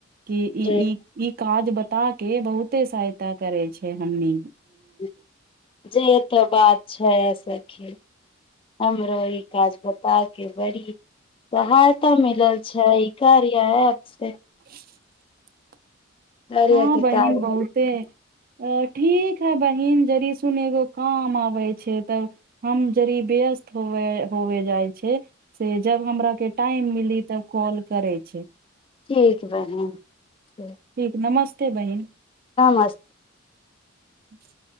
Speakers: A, on the right (about 50°); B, on the left (about 25°).
A: कि ई
B: जे
A: ई ई काज बत ता के बहुते सहायता करे छै के हमनी
B: <unintelligible> <unintelligible>
A: <unintelligible> <unintelligible>
B: कार्य के काज
A: <unintelligible> <unintelligible> करै छै
B: ठीक बहिन
A: ठीक नमस्ते बहिन
B: नमस्ते
A: <unintelligible>